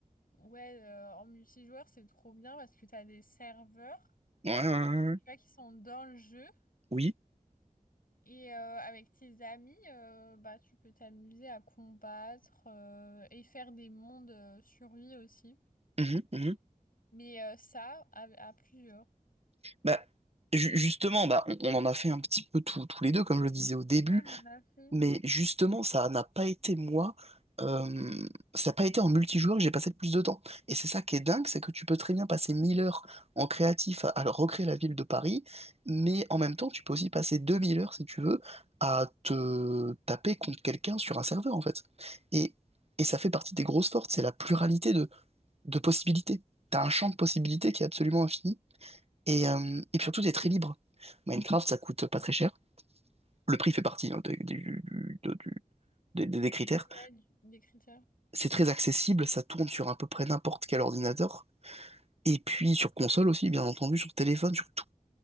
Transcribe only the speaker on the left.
ouais, euh, en multijoueur, c'est trop bien parce que t'as des serveurs,
tu vois, qui sont dans le jeu.
Et euh, avec tes amis, euh, bah, tu peux t'amuser à combattre euh, et faire des mondes euh, sur aussi.
Mais euh, ça, à, à plusieurs.
Ouais, on en a fait.
Du, ouais, du- des critères.